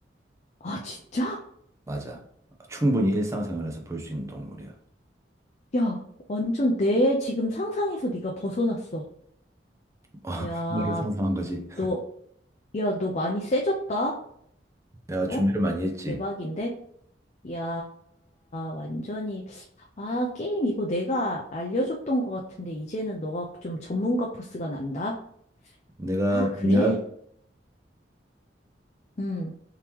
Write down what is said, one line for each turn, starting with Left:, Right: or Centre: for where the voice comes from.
Left: 아, 진짜?
Right: 맞아. 충분히 일상생활에서 볼 수 있는 동물이야.
Left: 야, 완전 내 지금 상상에서 네가 벗어났어.
Right: <laughs>
Left: 야,
Right: 뭐를 상상한 거지?
Left: 너, 야, 너 많이 세졌다?
Right: 내가 준비를
Left: 어?
Right: 많이 했지.
Left: 대박인데? 야, 완전히, 아, 게임 이거 내가 알려줬던 것 같은데, 이제는 너가 좀 전문가 포스가 난다?
Right: 내가
Left: 아, 그래?
Right: 몇,
Left: 응.